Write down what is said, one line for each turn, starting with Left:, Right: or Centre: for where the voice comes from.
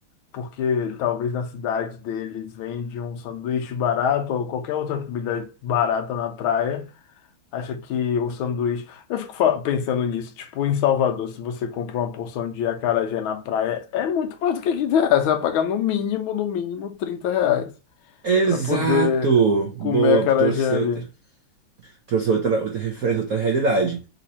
Left: porque talvez na cidade deles vende um sanduíche barato ou qualquer outra comida barata na praia, acha que o sanduíche. Eu fico fa- pensando nisso, tipo, em Salvador, se você compra uma porção de acarajé na praia, é muito mais do que 15 reais, você vai pagar no mínimo, no mínimo 30 reais
Right: Exato!
Left: para poder
Right: Boa,
Left: comer acarajé
Right: trouxe
Left: ali.
Right: outra, trouxe outra, outra referência, outra realidade.